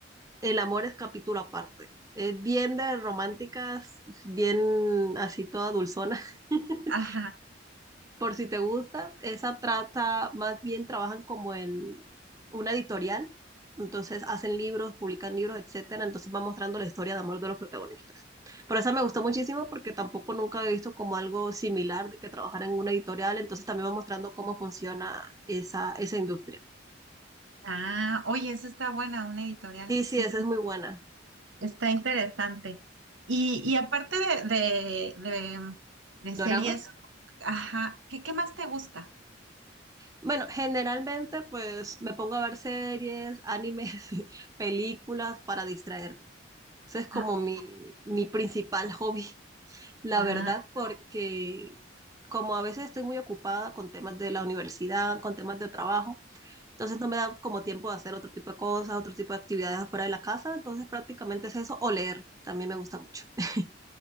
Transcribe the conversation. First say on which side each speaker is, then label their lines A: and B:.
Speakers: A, on the right (about 20°); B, on the right (about 80°).
A: El amor es capítulo aparte. Es bien de románticas, bien así toda dulzona. <laughs>
B: Ajá.
A: Por si te gusta, esa trata, más bien trabajan como en una editorial. Entonces hacen libros, publican libros, etcétera. Entonces va mostrando la historia de amor de los protagonistas. Pero esa me gustó muchísimo porque tampoco nunca había visto como algo similar de que trabajara en una editorial. Entonces también va mostrando cómo funciona esa, esa industria.
B: Ah, oye, esa está buena, una editorial.
A: Y sí,
B: Sí,
A: esa es muy buena.
B: Está interesante. Y, y aparte de, de, de, de
A: ¿Doramas?
B: series, ajá, ¿qué, qué más te gusta?
A: Bueno, generalmente pues me pongo a ver series, animes, <laughs> películas para distraerme. Ese es como
B: Ah,
A: mi, mi principal <laughs> hobby, la
B: ah,
A: verdad, porque como a veces estoy muy ocupada con temas de la universidad, con temas de trabajo, entonces no me da como tiempo de hacer otro tipo de cosas, otro tipo de actividades afuera de la casa, entonces prácticamente es eso, o leer, también me gusta mucho. <laughs>